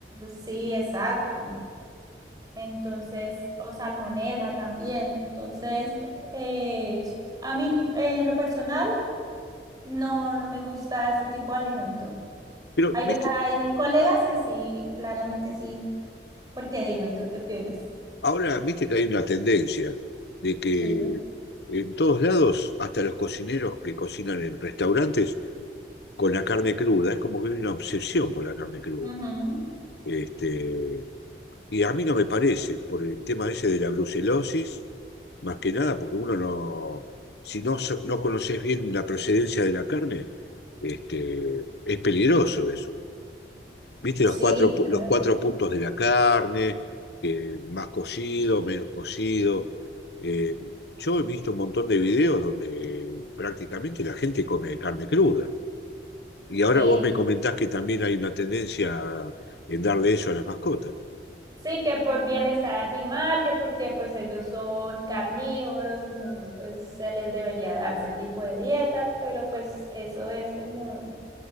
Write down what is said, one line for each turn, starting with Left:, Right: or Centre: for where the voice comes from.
Right: Sí, exacto. entonces, o salmonela también. Entonces, eh, a mí en lo personal no, no me gusta ese tipo de alimento.
Left: Pero,
Right: Hay,
Left: viste,
Right: ve- hay colegas que sí, claramente sí, porque dime, ¿tú qué opinas?
Left: ahora viste que hay una tendencia de que
Right: Sí,
Left: en todos lados, hasta los cocineros que cocinan en restaurantes, con la carne cruda, es como que hay una obsesión por la carne cruda.
Right: Ujú.
Left: Este, y a mí no me parece, por el tema ese de la brucelosis, más que nada, porque uno no, si no, so- no conoces bien la procedencia de la carne, este, es peligroso eso. ¿Viste
Right: sí,
Left: los cuatro, pu-
Right: claro.
Left: los cuatro puntos de la carne, que más cocido, menos cocido? Eh, yo he visto un montón de videos donde prácticamente la gente come carne cruda. Y ahora
Right: Sí,
Left: vos me comentás que también hay una tendencia a- en darle eso a las mascotas.
Right: sí, que por bienestar animal, que porque pues ellos son carnívoros, entonces pues se les debería dar ese tipo de dietas, pero pues eso es como